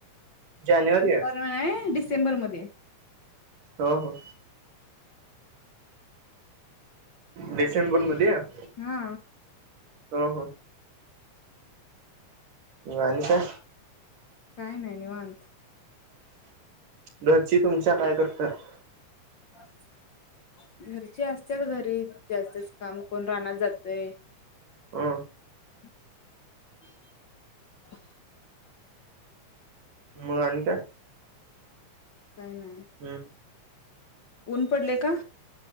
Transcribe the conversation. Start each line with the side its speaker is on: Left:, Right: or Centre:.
Right: जानेवारी
Left: <unintelligible>
Right: आहे
Left: डिस सेंबरमध्ये.
Right: हो हो. डिसेंबरमध्ये का?
Left: हा.
Right: ह ह. मग आणि काय?
Left: काय नाही निवांत.
Right: घरची तुमच्या काय करत्यात?
Left: अ <unintelligible> घरची असत्यात घरी. जास्तचं काम करून रानात जातयं
Right: हा.
Left: ह <unintelligible>
Right: मगं आणि काय.
Left: काही नाही.
Right: हम्म
Left: ऊन पडले का.